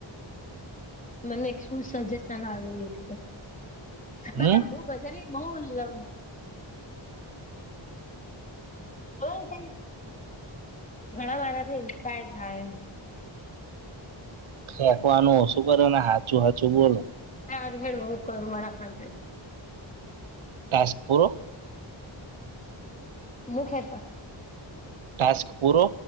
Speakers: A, on the left (about 15°); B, on the right (about 80°).
A: મને શું સજેશનલું એક બતા
B: હમ
A: હું બધા બહુ લ બર ત ઘણા મારાથી ઇન્સ્પાયર થયા એ
B: કક આનું ઓશું કરે ને હાચું હાચું બોલો
A: હા હ હક મળફંત
B: તજપો
A: મુખે પણ
B: ટાસ્ક ફૂરો